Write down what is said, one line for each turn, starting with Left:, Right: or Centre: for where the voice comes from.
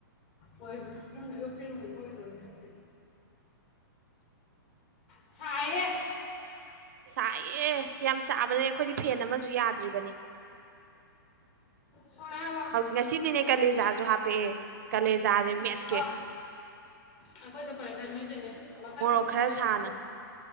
Left: ꯑꯣꯏꯕ꯭ꯔꯥ ꯅꯪꯒ ꯑꯩꯒ ꯐꯔꯦꯟ ꯑꯣꯏꯕ꯭ꯔꯥ ꯑꯣꯏꯗꯕ꯭ꯔꯗꯤ ꯈꯪꯗꯦ ꯁꯥꯏꯍꯦ
Right: ꯁꯥꯏꯌꯦ ꯌꯥꯝ ꯁꯕꯅꯦ ꯑꯩꯈꯣꯏꯗꯤ ꯐꯦꯟ ꯑꯃꯁꯨ ꯌꯗ꯭ꯔꯤꯕꯅꯤ
Left: ꯁꯣꯏꯔꯕ
Right: ꯍꯧꯖꯤꯛ ꯉꯁꯤꯗꯤꯅꯦ ꯀꯂꯦꯖꯁꯨ ꯍꯥꯄꯛꯑꯦ ꯀꯂꯦꯖꯁꯦ ꯃꯦꯠꯀꯦ
Left: ꯑꯥ ꯑꯩꯈꯣꯏꯁꯨ <unintelligible> ꯃꯊꯪꯗꯗꯤ
Right: ꯃꯣꯔꯣꯛ ꯈꯔ
Left: ꯍꯥꯞꯐꯟꯂꯛꯇ꯭ꯔꯤ
Right: ꯁꯥꯅ